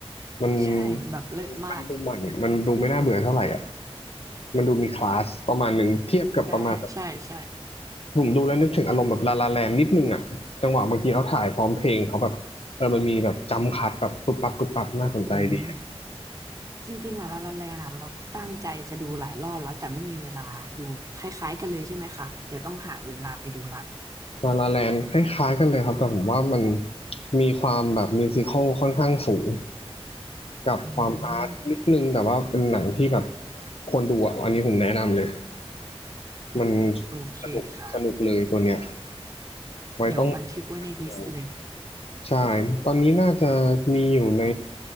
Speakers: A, on the left; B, on the right.
A: มัน
B: ใช่แบบเลิศมาก
A: มันมันดูใหม่อะมันดูไม่น่าเบื่อเท่าไหร่อ่ะมันดูมีคลาสประมาณหนึ่งเทียบกับประมาณ
B: ใช่ใช่ใช่
A: ผมดูแล้วนึกถึงอารมณ์แบบลาลาแลนนิดนึงอ่ะจังหวะบางทีเขาถ่ายพร้อมเพลงเขาแบบเออมันมีแบบจัมป์คัทแบบปุ๊บปั๊บปุ๊บปั๊บน่าสนใจดี
B: อืม จริงๆอ่ะลาลาแลนอ่ะเราตั้งใจจะดูหลายรอบแล้วแต่ไม่มีเวลาดูคล้ายๆกันเลยใช่ไหมคะเดี๋ยวต้องหาเวลาไปดูละ
A: ลาลาแลนคล้ายๆกันเลยครับแต่ผมว่ามันมีความแบบมิวสิคัลค่อนข้างสูงกับความอาร์ตนิดนึงแต่ว่าเป็นหนังที่แบบ
B: อืม
A: ควรดูอ่ะอันนี้ผมแนะนำเลยมัน
B: โอเคค่ะ
A: สนุกสนุกเลยตัวเนี้ยไว้ต้อง
B: เดี๋ยวบันทึกไว้ในลิสต์เลย
A: ดู ใช่ ตอนนี้น่าจะมีอยู่ใน